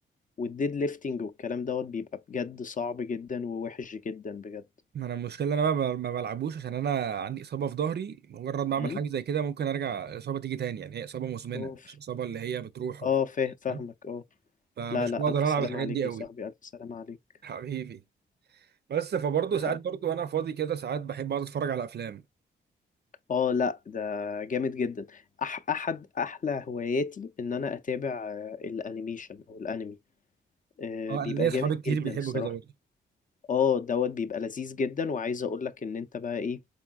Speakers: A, on the left; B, on the right.
A: والديد ليفتنج والكلام دوت بيبقى بجد صعب جدا ووحش جدا بجد
B: ما انا المشكله ان انا بقى ما بلعبوش عشان انا عندي اصابه في ظهري مجرد ما اعمل
A: امم
B: حاجه زي كده ممكن ارجع الاصابه تيجي تاني يعني هي اصابه مزمنه
A: اوف
B: مش اصابه اللي هي بتروح و-
A: اه فاهم فاهمك
B: فاهم
A: اه
B: فمش
A: لا لا
B: بقدر
A: الف
B: العب
A: سلامة
B: الحاجات
A: عليك
B: دي
A: يا
B: قوي
A: صاحبي الف سلامة عليك
B: <laughs> حبيبي بس فبرضه
A: لا
B: ساعات برضه وانا فاضي كده ساعات بحب اقعد اتفرج على افلام
A: اه لا ده جامد جدا أح احد احلى هواياتي ان انا اتابع آه، الانيميشن او الانمي آه،
B: اه
A: بيبقى
B: انا ليا اصحابي
A: جامد
B: كتير
A: جدا
B: بيحبوا
A: الصراحه
B: كده برضه
A: اه دوت بيبقى لذيذ جدا وعايز اقول لك ان انت بقى ايه